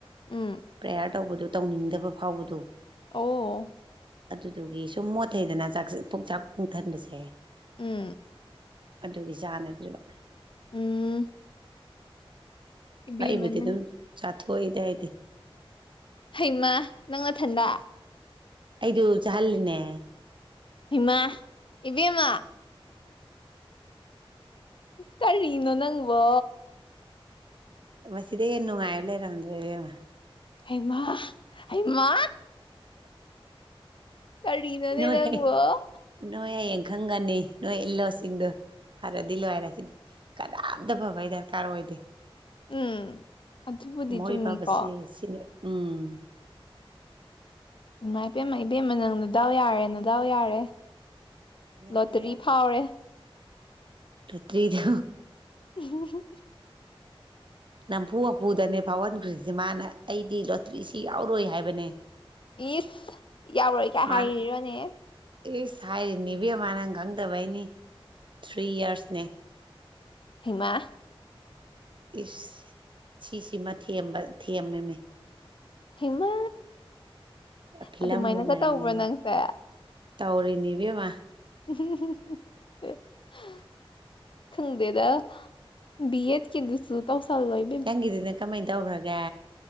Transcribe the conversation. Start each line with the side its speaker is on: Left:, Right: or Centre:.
Left: ꯎꯝ
Right: ꯄ꯭ꯔꯦꯌꯔ ꯇꯧꯕꯗꯨ ꯇꯧꯅꯤꯡꯗꯕ ꯐꯥꯎꯕꯗꯣ
Left: ꯑꯣ
Right: ꯑꯗꯨꯗꯨꯒꯤ ꯁꯨꯝ ꯃꯣꯠꯊꯩꯗꯅ ꯄꯨꯆꯥꯛ ꯄꯨꯡꯊꯟꯕꯁꯦ
Left: ꯎꯝ
Right: ꯑꯗꯨꯒꯤ ꯆꯥꯟꯅꯗ꯭ꯔꯤꯕ
Left: ꯎꯝ ꯏꯕꯦꯝꯃ
Right: ꯑꯩꯕꯨꯗꯤ
Left: ꯅꯪ
Right: ꯑꯗꯨꯝ ꯆꯥꯊꯣꯛꯏꯗ ꯑꯩꯗꯤ
Left: ꯍꯩꯃꯥ ꯅꯪꯅꯊꯟꯗ
Right: ꯑꯩꯗꯨ ꯆꯥꯛꯍꯜꯂꯤꯅꯦ
Left: ꯏꯃꯥ ꯏꯕꯦꯝꯃ ꯀꯔꯤꯅꯣ ꯅꯪꯕꯣ
Right: ꯃꯁꯤꯗꯗꯤ ꯍꯦꯟꯅ ꯅꯨꯡꯉꯥꯏꯕ ꯂꯩꯔꯝꯗ꯭ꯔꯦ ꯏꯕꯦꯝꯃ
Left: ꯍꯩꯃꯥ ꯍꯩꯃꯥ ꯀꯔꯤꯅꯣꯅꯦ
Right: ꯅꯣꯏ
Left: ꯅꯪꯕꯣ
Right: ꯍꯌꯦꯡ ꯅꯣꯏ ꯍꯌꯦꯡ ꯈꯪꯒꯅꯤ ꯅꯣꯏ ꯏꯟꯂꯣꯁꯤꯡꯗꯣ ꯐꯔꯗꯤ ꯂꯣꯏꯔꯁꯤ ꯀꯅꯥꯝꯇ ꯐꯕꯩ ꯗꯔꯀꯥꯔ ꯑꯣꯏꯗꯦ
Left: ꯎꯝ ꯑꯗꯨꯕꯨꯗꯤ
Right: ꯃꯣꯏ
Left: ꯆꯨꯝꯃꯤꯀꯣ
Right: ꯐꯕꯁꯦ ꯁꯤꯅꯦ ꯎꯝ
Left: ꯏꯃꯥ ꯏꯄꯦꯝꯃ ꯏꯕꯦꯝꯃ ꯅꯪ ꯅꯗꯥꯎ ꯌꯥꯔꯦ ꯅꯗꯥꯎ ꯌꯥꯔꯦ
Right: ꯌꯥꯔꯦ
Left: ꯂꯣꯇ꯭ꯔꯤ ꯐꯥꯎꯔꯦ
Right: ꯂꯣꯠꯇ꯭ꯔꯤꯗꯣ
Left: ꯎ <inaudible>
Right: ꯅꯝꯐꯨ ꯍꯥꯐꯨꯗꯅꯦ ꯐꯥꯎꯍꯟꯈꯣꯏꯁꯦ ꯃꯥꯅ ꯑꯩꯗꯤ ꯂꯣꯠꯇ꯭ꯔꯤꯁꯦ ꯌꯥꯎꯔꯣꯏ ꯍꯥꯏꯕꯅꯦ
Left: ꯏꯁꯁꯥ ꯌꯥꯎꯔꯣꯏꯀ
Right: ꯃꯥꯅ
Left: ꯍꯥꯏꯔꯤꯔꯣꯅꯦ
Right: ꯏꯁ ꯍꯥꯏꯔꯤꯅꯦ ꯏꯕꯦꯝꯃ ꯅꯪ ꯈꯪꯗꯕꯩꯅꯤ ꯊ꯭ꯔꯤ ꯌꯤꯌꯔꯁꯅꯦ
Left: ꯍꯩꯃꯥ
Right: ꯏꯁ ꯁꯤꯁꯤꯃ ꯊꯦꯝꯕ ꯊꯦꯝꯃꯤꯅꯦ
Left: ꯍꯩꯃꯥ
Right: ꯐꯤꯂꯝꯒꯨꯝꯕꯅꯦꯃꯤ
Left: ꯑꯗꯨꯃꯥꯏꯅꯒ ꯇꯧꯕ꯭ꯔꯣ ꯅꯪꯁꯦ
Right: ꯇꯧꯔꯤꯅꯤ ꯏꯕꯦꯝꯃ
Left: <inaudible> ꯈꯪꯗꯦꯗ ꯕꯤ ꯑꯦꯗ ꯀꯤꯗꯨꯁꯨ ꯇꯧꯁꯜꯂꯣꯏ
Right: ꯅꯪꯒꯤꯗꯨꯅ ꯀꯃꯥꯏ ꯇꯧꯈ꯭ꯔꯒꯦ